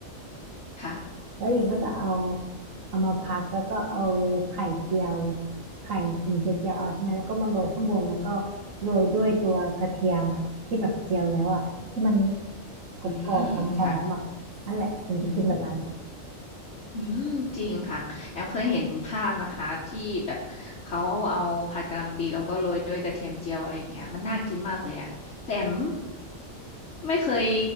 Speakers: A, on the left (about 60°); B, on the right (about 70°).
A: ค่ะ
B: แล้วหญิงก็จะเอาเอามาพักแล้วก็เอาไข่เจียวไข่ถึงจะเจียวเอาใช่ไหมแล้วก็มาโรยข้างบนแล้วก็โรยด้วยตัวกระเทียมอ่ะที่แบบเจียวแล้วอ่ะที่มันกรอบๆหอมๆอ่ะนั่นแหละหญิงจะกินแบบนั้น
A: อืมค่ะอืม อืมจริงค่ะแอมเคยเห็นภาพนะคะที่แบบเขาเอาผัดกะหล่ำปีแล้วก็โรยด้วยกระเทียมเจียวอะไรอย่างเงี้ยมันน่ากินมากเลยอะแต่แอมไม่เคย